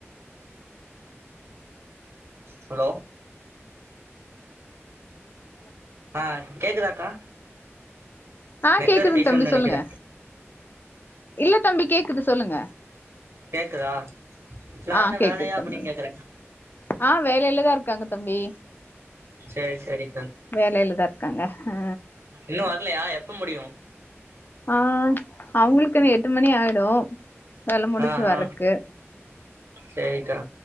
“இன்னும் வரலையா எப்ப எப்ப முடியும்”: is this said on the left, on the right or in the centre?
Right